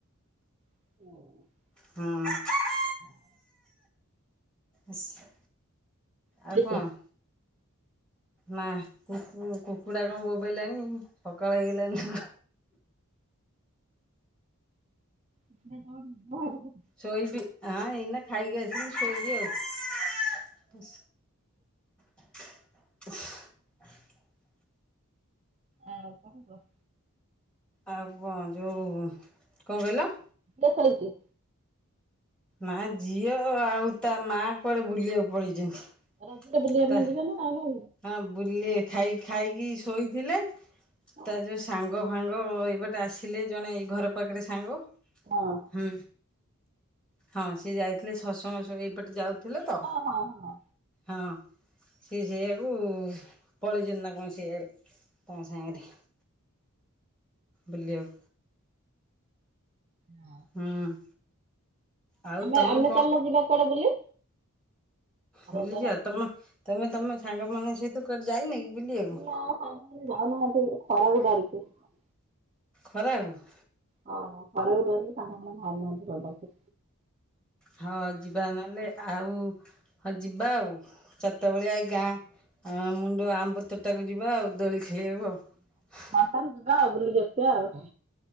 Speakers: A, on the right; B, in the centre.
A: <inaudible>
B: ହୁଁ।
A: ହଁ।
B: ଇସ୍।
A: ଶୋଇଛ?
B: ଆଉ କଣ? ନା କୁକୁ କୁକୁଡା କଣ ବୋବେଇଲାଣି ସକାଳ ହେଇଲାଣିି।
A: କୁକୁଡ଼ା କଣ ମୋ ମୋ ହବ।
B: ଶୋଇବି ହଁ ଏଇନା ଖାଇକି ଆସିଲି ଶୋଇବି ଆଉ। <unintelligible>
A: ଆଉ କଣ କହ।
B: ଆଉ କଣ ଯୋଉ କଣ କହିଲ?
A: ସେ ଶୋଇଛି।
B: ନା ଝିଅ ଆଉ ତା ମା କୁଆଡେ ବୁଲିବାକୁ ପଳେଇଛନ୍ତି।
A: ରଜ ବୁଲିବା
B: ତା
A: ପାଇଁ ଯିବେନା ଆଉ
B: ହଁ ବୁଲି ଖାଇ ଖାଇକି ଶୋଇଥିଲେ
A: ହଁ
B: ତାର ଯୋଉ ସାଙ୍ଗ ସାଙ୍ଗ ଏଇପଟେ ଆସିଲେ ଜଣେ ଏଇ ଘର ପାଖରେ ସାଙ୍ଗ।
A: ହଁ।
B: ହୁଁ ହଁ ସିଏ ଯାଇଥିଲେ ସତ୍ ସଙ୍ଗ୍ ସବୁ ଏଇପଟେ ଯାଉ ଥିଲେ ତ
A: ହଁ ହଁ ହଁ
B: ହଁ। ସେ ସେୟାକୁ ପଳେଇଛନ୍ତି ନା କଣ ସେୟାଡେ ତମ ସାଙ୍ଗରେ। ବୁଲିଆକୁ।
A: ହଁ।
B: ହୁଁ। ଆଉ
A: ଆମେ
B: ତମେ
A: ଆମେ ଚାଲ ଯିବା କୁଆଡେ ବୁଲି।
B: ବୁଲିଯିବା
A: ରଜରେ
B: ତମେ ତମେ ତମେ ସାଙ୍ଗମାନଙ୍କ ସହିତ କୁଆଡ଼େ ଯାଇନ କି ବୁଲିବାକୁ
A: ନାଁ ନାଁ ଯାଇନୁ ଖରା କୁ ଡରିକି। <unintelligible>
B: ଖରା ବେଳକୁ।
A: ହଁ ଖରା ହଉଛି ବୋଲି ତାଙ୍କର ସବୁ ବାହାରୁ ନାହାନ୍ତି ପଦାକୁ।
B: ହଁ ଯିବା ନହେଲେ ଆଉ ହଁ ଯିବା ଆଉ ଚାରିଟା ବେଳିଆ ଏଇ ଗାଁ ମୁଣ୍ଡ ଆମ୍ବ ତୋଟାକୁ ଯିବା ଆଉ ଦୋଳି ଖେଳି ଖେଳିବାକୁ ଆଉ।
A: ତାହେଲେ ଯିବା ଆଉ ବୁଲିକି ଆସିବା ଆଉ।